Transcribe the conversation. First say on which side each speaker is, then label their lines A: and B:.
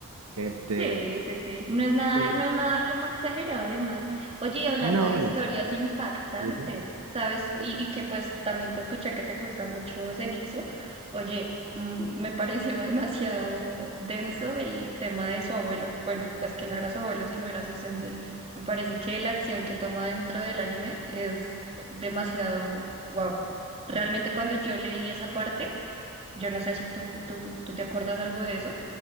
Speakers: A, on the right; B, on the right.
A: Este,
B: Sí, sí, sí. No es nada,
A: sí,
B: no es nada como exagerado además. Oye, y hablando
A: no,
B: de historias
A: no. sé.
B: impactantes,
A: Ujú.
B: ¿sabes?
A: Uf.
B: Y, y que pues también te escuché que te gusta mucho Zenitsu. Oye, mm, me <laughs> pareció demasiado denso el tema de su abuelo. Bueno, pues que no era su abuelo, sino era su sensei. Me parece que la acción que toma dentro del anime es demasiado wow. Realmente cuando yo leí esa parte yo no sé si tú, tú, tú te acuerdas algo de eso,